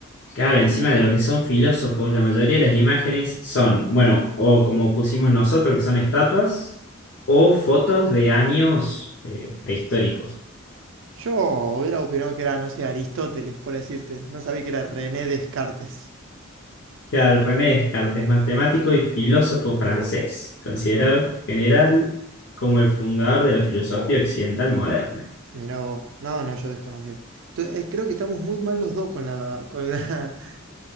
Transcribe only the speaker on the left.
Claro, encima de lo que son filósofos, la mayoría de las imágenes son, bueno, o como pusimos nosotros, que son estatuas, o fotos de años eh, prehistóricos.
Claro, René Descartes, matemático y filósofo francés, considerado general como el fundador de la filosofía occidental moderna.